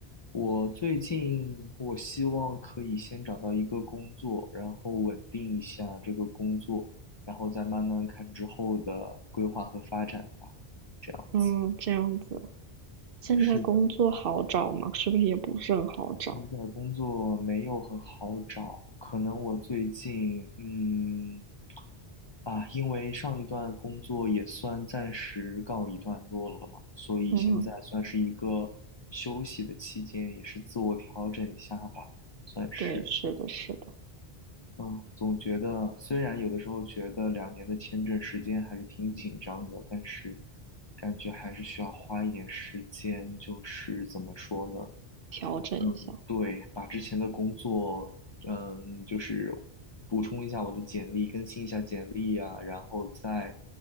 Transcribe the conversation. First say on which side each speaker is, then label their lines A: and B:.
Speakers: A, on the left; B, on the right.
A: 我最近我希望可以先找到一个工作，然后稳定一下这个工作，然后再慢慢看之后的规划和发展吧。这样子，
B: 嗯，这样子。现在工作好找吗？
A: 是的，
B: 是不是也不是很好找？
A: 现在工作没有很好找，可能我最近嗯啊，因为上一段工作也算暂时告一段落了嘛，所以现在算是一个休息的期间，
B: 嗯，
A: 也是自我调整一下吧，算是。
B: 对，是的，是的，
A: 嗯，总觉得虽然有的时候觉得两年的签证时间还是挺紧张的，但是感觉还是需要花一点时间，就是怎么说呢？
B: 调整一下。
A: 嗯，对，把之前的工作，嗯，就是补充一下我的简历，更新一下简历啊，然后再